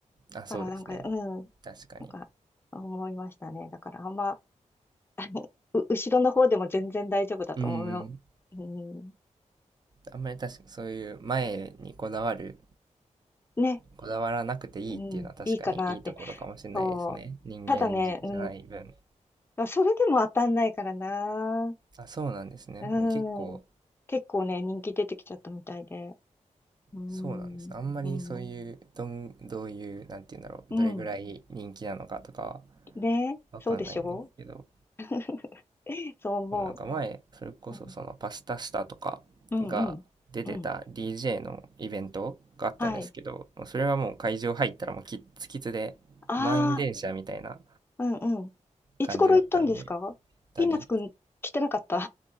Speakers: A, on the right; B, on the left.
A: あ、そうですね。
B: だからなんか、うん、
A: 確かに。
B: なんか、思いましたね。だからあんま、<laughs> あのう後ろの方でも全然大丈夫だと思うよ。
A: うん。
B: うん、
A: あんまり確か、そういう前にこだわる、
B: ね、
A: こだわらなくていいっていうのは確かにいいところかもしれないですね。
B: うん、いいかなって。そう。
A: 人間じゃない分。
B: ただね、うん、それでも当たんないからな。
A: あ、そうなんですね。
B: う
A: もう結構、
B: ん。結構ね、人気出てきちゃったみたいで。うん、
A: そうなんですね。あんまりそういう、
B: うん、
A: どん、どういう、なんて言うんだろう、
B: うん。
A: どれぐらい人気なのかとかは
B: ねえ、
A: わかんないんですけど、
B: そうでしょう <laughs> そう思う。
A: でもなんか前、それこそそのパスタスタとかが出てた
B: うん、うん、うん。うん
A: DJ のイベントがあったんですけど、
B: はい。
A: もうそれはもう会場入ったらもうキッツキツで満員電車みたいな
B: ああ、うんうん。いつ頃行ったんですかピーナッツくん来てなかった
A: 感じだったんで、たり、